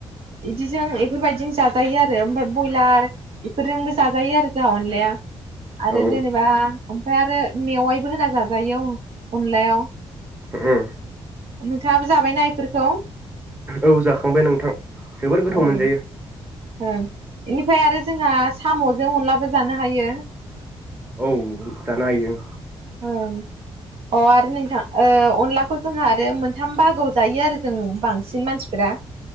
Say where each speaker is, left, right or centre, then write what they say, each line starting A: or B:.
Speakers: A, on the right (about 65°); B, on the right (about 15°).
A: इदिजों इफोरबायदिनो जाजायो आरो ओमफ्राय बयलार बेफोरजोंबो जाजायो आरो जाहा अनलाया। आरो
B: औ
A: जेनिबा ओमफ्राय आरो मेवाइबो होना जाजायो अनलायाव।
B: उम
A: नोंथाङाबो जाबायना इफोरखौ?
B: औ जाखांबाय नोंथां। जोबोर गोथाव
A: ओं
B: मोनजायो।
A: ओं एनिफ्राय आरो जोंहा साम'जों अनलाबो जानो हायो।
B: औ जानो हायो।
A: ओं अ आरो नोंथां ओ अनलाखौ जोंहा आरो मोनथाम बागोआव जायो आरो जों बांसिन मानसिफोरा।